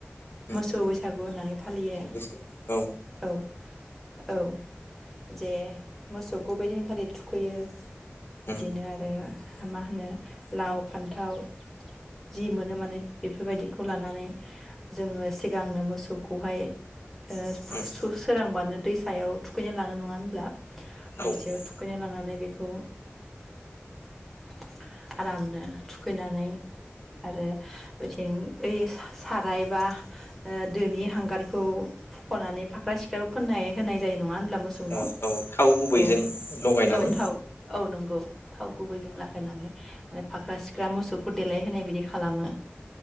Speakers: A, on the left; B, in the centre.
A: उम
B: मोसौ बैसागु होननानै फालियो
A: मोसौ बैसागु औ
B: औ। औ जे मोसौखौ बे दिनखालि थुखैयो। बिदिनो
A: उम
B: आरो। मा होनो लाव फान्थाव जि मोनो माने बेफोरबायदिखौ लानानै जोङो सिगांनो मोसौखौहाय ओ फुसु-सोरांबानो
A: उम
B: दैसायाव थुखैनो लाङो नङा होनब्ला? दैसायाव
A: औ औ
B: थुखैनो लांनानै बेख खौ <inaudible> आरामनो थुखैनानै आरो <unintelligible> ओय साराय बा ओ दोनि हांगारखौ हुख'नानै फाख्रा सिख्राखौ फोननाय होनाय जायो नङा होनब्ला मोसौनाव?
A: औ औ थाव गुबैजों
B: औ
A: लगायनानै
B: औ थाव औ नंगौ थाव गुबैजों ला होनानै माने फाख्रा सिख्रा मोसौखौ देलाय होनाय बायदि खालामो।